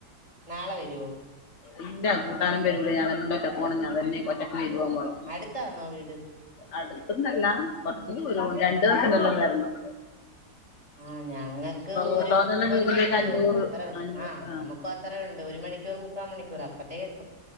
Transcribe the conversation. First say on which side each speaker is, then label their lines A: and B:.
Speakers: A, on the right; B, on the left.
A: നാളെ വരുവോ?
B: ഇല്ല കൂട്ടാനും വരൂല ഞാൻന്നെ ഒറ്റക്കെ പോണം ഞാൻ തന്നെ ഒറ്റ പോണം
A: അടുത്താന്നോ വീട്
B: അടുത്തന്നല്ല കൊറച്ച് ദൂരോണ്ട് രണ്ട് ബസനല്ലാം വരണം.
A: ആഹ് ഞങ്ങക്ക്
B: ഓട്ടോന്നെല്ലാം
A: ഒരു ഒരു
B: വരുമ്പോഴത്തേക്ക്
A: മണിക്കൂർ
B: അഞ്ഞൂറ്
A: അത്ര
B: അഞ്ഞൂറ്
A: ആഹ്
B: ആ
A: നമു മുക്ക ത്രയ ഉണ്ട് ഒരു മണിക്കൂർ മുക്കാ മണിക്കൂർ അപ്പത്തേക്ക് എത്തും.